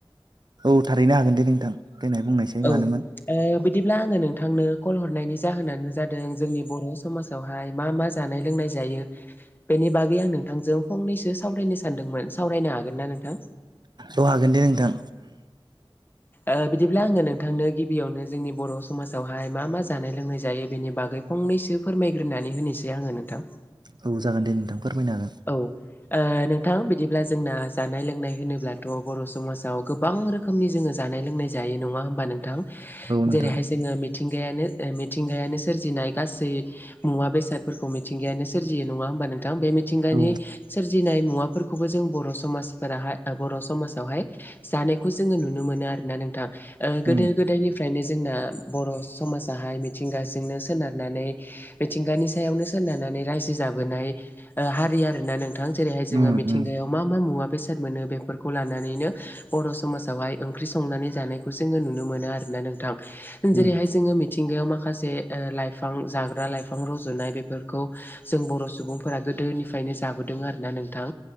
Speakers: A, on the right (about 50°); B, on the left (about 20°).
A: औ थारैनो हागोन दे नोंथां देनाय बुंनायसै
B: औ
A: मानोमोन
B: ओ बिदिब्ला आङो नोंथांनो कल हरनायनि जाहोनानो जादों जोंनि बर' समाजाव हाय मा मा जानाय लोंनाय जायो। बेनि बागै आं नोंथांजों फंनैसो सावरायनो सानदोंमोन सावरायनो हागोन ना नोंथां
A: औ हागोन दे नोंथां।
B: औ बिदिब्ला आङो नोंथांनो गिबियावनो जोंनि बर' समाजावहाय मा मा जा जानाय लोंनाय जायो बेनि बागै फंनैसो फोरमायग्रोनानै होनोसै आङो नोंथां।
A: औ जागोन दे नोंथां फोरमायनो हागोन।
B: औ नोंथां बिदिब्ला जोंना जानाय लोंनाय होनोब्लाथ' बर' समाजाव गोबां रोखोम खौनि जोङो जानाय लोंनाय जायो नंङा होमबाथ नोंथां
A: औ नोंथां
B: जेरैहाय जोंङो मिथिंगायानो ओ मिथिंगायानो सोरजिनाय गासै मुवा बेसादफोरखौ मिथिंगायानो सोरजियो नङा होमबा नोंथां बे मे मिथिंगानि
A: औ
B: सोरजिनाय मुवाफोरखौबो जों बर' समाजफोराहाय बर' समाजावहाय जानायखौ जोङो नुनो मोनो आर ना नोंथां गोदो
A: उम
B: गोदायनि फ्रायनो जोंना बर' समाजाहाय मिथिंगाजोंनो सोनारनानै मिथिंगानि सायावनो सोनारनानै रायजो जाबोनाय हारि ओ आरोना नोंथां जेरैहाय जोङो
A: उम
B: मिथिंगायाव
A: उम
B: मा मा मुवा बेसाद मोनो बेफोरखौ लानानैनो' बर' सम समाजावहाय ओंख्रि संनानै जानायखौ जोङो नुनो मोनो आरैना नोंथां। जेरैहाय
A: उम
B: जोङो मिथिंगायाव माखासे लाइफां जाग्रा लाइफां रज'नाय बेफोरखौ जों बर' सुबुंफोरा गोदोनिफ्रायनो जाबोदों आरोना नोंथां।